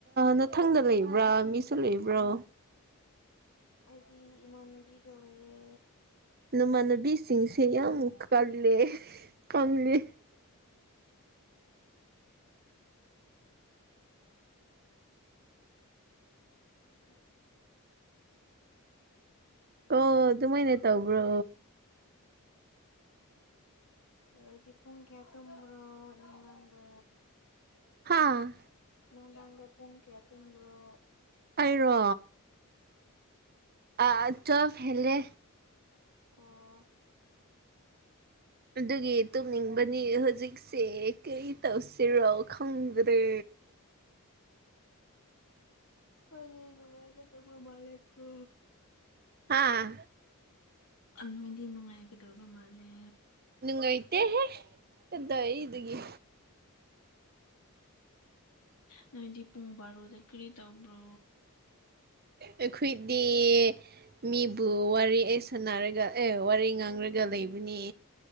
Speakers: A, on the right; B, on the left.
A: ꯃꯊꯪꯗ ꯂꯩꯕ꯭ꯔꯥ ꯃꯤꯁꯨ ꯂꯩꯕ꯭ꯔꯣ
B: ꯑꯩꯗꯤ ꯏꯃꯥꯟꯅꯕꯤꯒ ꯂꯩꯌꯦ
A: ꯅꯃꯥꯟꯅꯕꯤꯁꯤꯡꯁꯦ ꯌꯥꯝ ꯀꯜꯂꯦ ꯀꯜꯂꯤ
B: <inaudible>
A: ꯑꯣ ꯑꯗꯨꯃꯥꯏꯅ
B: ꯅꯣꯏ
A: ꯇꯧꯕ꯭ꯔꯣ
B: ꯅꯣꯏꯗꯤ ꯄꯨꯡ ꯀꯌꯥ ꯇꯨꯃꯕꯔꯣ ꯅꯨꯡꯗꯥꯡꯗ
A: ꯍꯥꯥ
B: ꯅꯨꯡꯗꯥꯥꯡ꯭ꯗ ꯄꯨꯡ ꯀꯌꯥ ꯇꯨꯝ꯭ꯕꯔꯣ
A: ꯑꯩꯔꯣ ꯑꯥ ꯇꯨꯋꯦꯜꯐ ꯍꯦꯜꯂꯦ
B: ꯑꯣ
A: ꯑꯗꯨꯒꯤ ꯇꯨꯝꯅꯤꯡꯕꯅꯤ ꯍꯧꯖꯤꯛ ꯁꯦ ꯀꯔꯤ ꯇꯧꯁꯤꯔꯣ ꯈꯪꯗ꯭ꯔꯦ
B: ꯑꯈꯣꯏꯗꯤ ꯅꯨꯡꯉꯥꯏꯒꯗꯕ ꯃꯥꯜꯂꯦꯀꯣ
A: ꯍꯥꯥ
B: ꯑꯥ ꯅꯣꯏꯗꯤ ꯅꯨꯡꯉꯥꯏꯒꯗꯕ ꯃꯥꯜꯂꯦ
A: ꯅꯨꯡꯉꯥꯏꯇꯦꯍꯦ ꯀꯗꯥꯏꯗꯒꯤ
B: ꯅꯣꯏꯗꯤ ꯄꯨꯡ ꯕꯥꯔꯣꯗ ꯀꯔꯤ ꯇꯧꯕ꯭ꯔꯣ
A: ꯑꯩꯈꯣꯏꯗꯤ ꯃꯤꯕꯨ ꯋꯥꯔꯤ ꯑꯩ ꯁꯥꯟꯅꯔꯒ ꯑꯦ ꯋꯥꯔꯤ ꯉꯥꯡꯔꯒ ꯂꯩꯕꯅꯤ